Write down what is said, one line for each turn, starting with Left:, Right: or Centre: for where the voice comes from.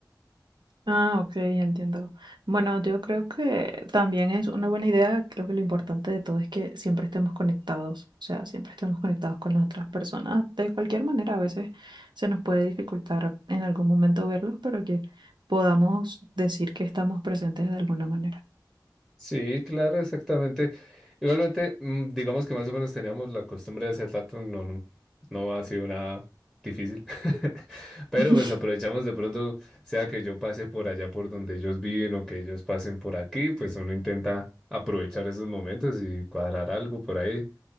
Right: Ah, ok, entiendo. Bueno, yo creo que también es una buena idea. Creo que lo importante de todo es que siempre estemos conectados, o sea, siempre estemos conectados con las otras personas. De cualquier manera, a veces se nos puede dificultar en algún momento verlos, pero que podamos decir que estamos presentes de alguna manera.
Centre: Sí, claro, exactamente. <laughs> Igualmente, mm, digamos que más o menos teníamos la costumbre de hacer rato, no, no, no ha sido nada difícil. <laughs> Pero
Right: <laughs>
Centre: pues aprovechamos de pronto, sea que yo pase por allá por donde ellos viven o que ellos pasen por aquí, pues uno intenta aprovechar esos momentos y cuadrar algo por ahí,